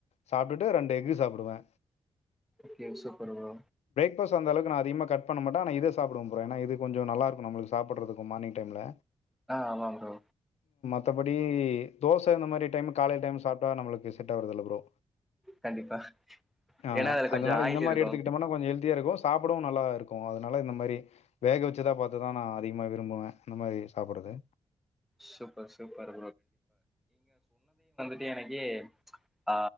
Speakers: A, on the left (about 80°); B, in the centre.
A: சாப்டுட்டு ரெண்டு எஃகு சாப் டுவே
B: கே சூப்பர் ப்ரோ
A: கோஸ் அந்த அளவுக்குனா அதிகமா கட் பண்ணமாட்டே ஆனாஇத சாப்பிடுவே வேனா இது கொஞ்சோ நல்லா இருக்கு நம்மளுக்கு சாப்பிட்றதுக்கு மார்னிங் டைம்ல
B: ஆ ஆமா ப்ரோ
A: த்தபடி தோச இந்த மாரி டைம் காலை டைம் சாப்ட்டா நம்மளுக்கு ட்டாவருதுல பரோ
B: கண்டிப்பா
A: ஆ
B: ஏன்னா அதுல கொஞ்சோ
A: அதனால
B: ஆயில்
A: இந்த மாரி
B: இருக்கு
A: எடுத்துக்கிட்டோம்னா கொஞ்ச ஹெல்தியா இருக்கு சாப்பிடவு நல்லா இருக்கு அதனால இந்த மாரி வேக வச்சதா பாத்துதா நா அதிகமா விரும்புவே இந்த மாரி சாப்பிட்றது
B: சூப்பர் சூப்பர் தே எனக்கே ஆ